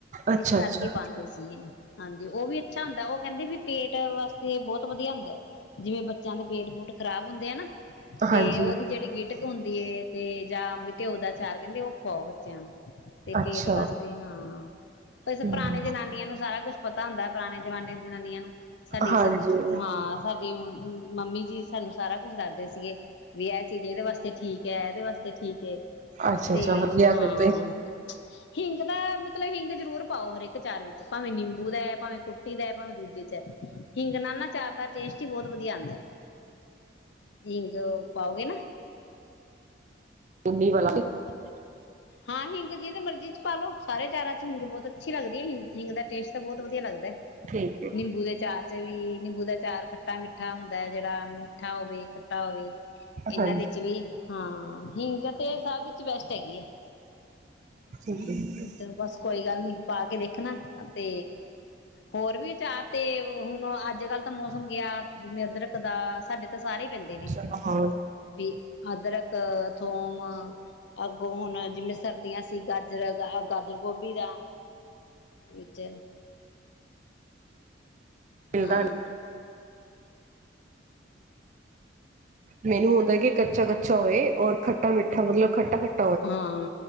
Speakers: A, on the right; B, on the left.
A: ਅੱਛਾ
B: ਮਿਕਸ ਕਰਕੇ
A: ਅੱਛਾ
B: ਹੀ ਪਾਉਂਦੇ ਸੀਗੇ ਹਾਂਜੀ ਉਹ ਵੀ ਅੱਛਾ ਹੁੰਦਾ ਉਹ ਕਹਿੰਦੇ ਵੀ ਪੇਟ ਵਾਸਤੇ ਬਹੁਤ ਵਧੀਆ ਹੁੰਦਾ ਜਿਵੇਂ ਬੱਚਿਆਂ ਦੇ ਪੇਟ ਪੂਟ ਖ਼ਰਾਬ ਹੁੰਦੇ ਆ ਨਾ ਤੇ
A: ਹਾਂਜੀ
B: ਉਹਦੀ ਜਿਹੜੀ ਗਿਟਕ ਹੁੰਦੀ ਏ ਤੇ ਜਾਂ ਟਿਓ ਦਾ ਚਾਰ ਕਹਿੰਦੇ ਉਹ ਖਵਾਓ ਬੱਚਿਆਂ ਨੂੰ ਤੇ
A: ਅੱਛਾ
B: ਪੇਟ ਵਾਸਤੇ ਹਾਂ ਬਸ
A: ਹਮ,
B: ਪੁਰਾਣੇ ਜਨਾਨੀਆਂ ਨੂੰ ਸਾਰਾ ਕੁਛ ਪਤਾ ਹੁੰਦਾ ਪੁਰਾਣੇ ਜਮਾਨੇ ਦੀ ਜਨਾਨੀਆਂ ਨੂੰ ਸਾਡੀ
A: ਹਾਂਜੀ
B: ਸ ਹਾਂ ਸਾਡੀ <unintelligible> ਮੰਮੀ ਜੀ ਸਾਨੂੰ ਸਾਰਾ ਕੁਛ ਦੱਸਦੇ ਸੀਗੇ ਵੀ ਇਹ ਚੀਜ਼ ਇਹਦੇ ਵਾਸਤੇ ਠੀਕ ਹੈ ਇਹਦੇ ਵਾਸਤੇ ਠੀਕ
A: ਅੱਛਾ
B: ਤੇ
A: ਅੱਛਾ ਵਧੀਆ ਫਿਰ
B: ਹਾਂ
A: ਤੇ
B: ਹਿੰਗ ਦਾ ਮਤਲਬ ਹਿੰਗ ਜ਼ਰੂਰ ਪਾਓ ਹਰੇਕ ਚਾਰ ਵਿੱਚ ਭਾਵੇਂ ਨਿੰਬੂ ਦਾ ਭਾਵੇਂ ਕੁੱਟੀ ਦਾ ਭਾਵੇਂ ਦੂਜੇ ਚ ਹਿੰਗ ਨਾਲ ਨਾ ਚਾਰ ਦਾ ਟੇਸਟ ਹੀ ਬਹੁਤ ਵਧੀਆ ਆਉਂਦਾ ਹਿੰਗ ਪਾਓਗੇ ਨਾ
A: <unintelligible>
B: ਹਾਂ ਹਿੰਗ ਜਿਹਦੇ ਮਰਜ਼ੀ ਚ ਪਾਾਲਓ ਸਾਰੇ ਚਾਰਾਂ ਚ ਹਿੰਗ ਬਹੁਤ ਅੱਛੀ ਲੱਗਦੀ ਹੈ ਹਿੰਗ ਦਾ ਟਸਟ ਤਾਂ ਬਹੁਤ ਵਧੀਆ ਲੱਗਦਾ
A: ਠੀਕ ਹੈ
B: ਨਿੰਬੂ ਦੇ ਚਾਰ ਚ ਵੀ ਨਿੰਬੂ ਦਾ ਚਾਰ ਖੱਟਾ ਮਿੱਠਾ ਹੁੰਦਾ ਹੈ ਜਿਹੜਾ ਮੱਠਾ ਹੋਵੇ ਖੱਟਾ ਹੋਵੇ ਇਹਨਾਂ
A: ਹਾਂਜੀ
B: ਦੇ ਚ ਵੀ ਹਾਂ ਹਿੰਗ ਤੇ ਸਭ ਵਿਚ ਬੈਸਟ ਚ ਹੈ
A: ਠੀਕ
B: ਹਮ
A: ਹੈ
B: ਤੇ ਬਸ ਕੋਈ ਗੱਲ ਨੀ ਪਾ ਕੇ ਦੇਖਣਾ ਤੇ ਹੋਰ ਵੀ ਵਿਚਾਰ ਤੇ ਹੁਣ ਅੱਜ ਕੱਲ੍ਹ ਤਾਂ ਮੌਸਮ ਗਿਆ ਜਿਵੇਂ ਅਦਰਕ ਦਾ ਸਾਡੇ ਤਾਂ ਸਾਰੇ ਪੈਂਦੇ ਨੇ
A: ਚਲੋ ਹੋਰ
B: ਵੀ ਅਦਰਕ ਥੋਮ ਅੱਗੋਂ ਹੁਣ ਜਿਵੇਂ ਸਰਦੀਆਂ ਸੀ ਗਾਜਰ ਗਾਜਰ ਗੋਭੀ ਦਾ ਵਿੱਚ
A: ਮਿਲਦਾ
B: ਹਾਂ
A: ਮੈਨੂੰ ਹੁੰਦਾ ਕਿ ਚਗ ਚੋਏ ਔ ਖਟਾ ਮਿੱਠਾ ਮਤਲਬ ਖੱਟਾ ਖੱਾ
B: ਹਾਂ